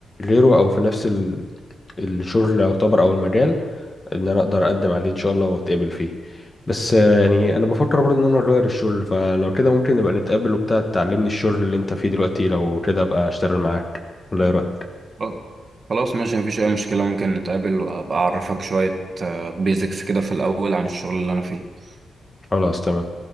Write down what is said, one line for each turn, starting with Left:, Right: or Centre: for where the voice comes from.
Left: غيره او في نفس ال... الشغل او طبر او المجال ان انا اقدر اقدم عليه ان شاء الله واتقبل فيه بس آه، يعني انا بفكر برضه ان انا اغير الشغل فلو كده ممكن نبقى نتقابل وبتاع تعلمني الشغل اللي انت فيه دلوقتي لو كده ابقى اشتغل معاك ولا ايه رايك
Right: خلاص خلاص، ماشي مفيش أي مشكلة ممكن نتقابل وأبقى أعرفك شوية بيزكس كده في الأول عن الشغل اللي أنا فيه
Left: خلاص تمام